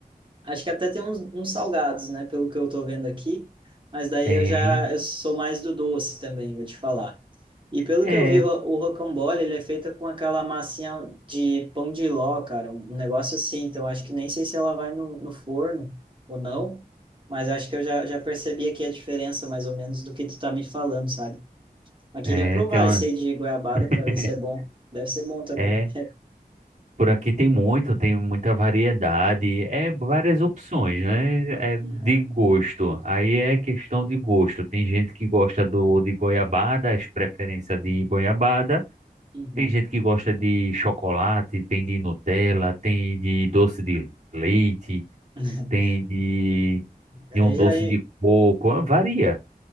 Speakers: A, on the right; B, on the right.
A: Acho que até tem uns, uns salgados, né? Pelo que eu tô vendo aqui. Mas daí
B: tem.
A: eu já eu sou mais do doce também, vou te falar. E pelo
B: É,
A: que eu vi, o, ro- o rocambole, ele é feito com aquela massinha de pão de ló, cara. Um um negócio assim. Então, acho que nem sei se ela vai no, no forno ou não. Mas acho que eu já, já percebi aqui a diferença, mais ou menos, do que tu tá me falando, sabe? Mas
B: é,
A: queria provar
B: tem uma.
A: esse aí de goiabada
B: <laughs>
A: para ver se é bom. Deve ser bom também.
B: É. Por aqui tem muito, tem muita variedade, é várias opções, né? É
A: Uhum.
B: de gosto. Aí é questão de gosto. Tem gente que gosta do de goiabada, as preferências de goiabada.
A: Uhum.
B: Tem gente que gosta de chocolate, tem de Nutella, tem de doce de leite,
A: <laughs>
B: tem de,
A: Aí
B: de um doce
A: já,
B: de coco. Varia,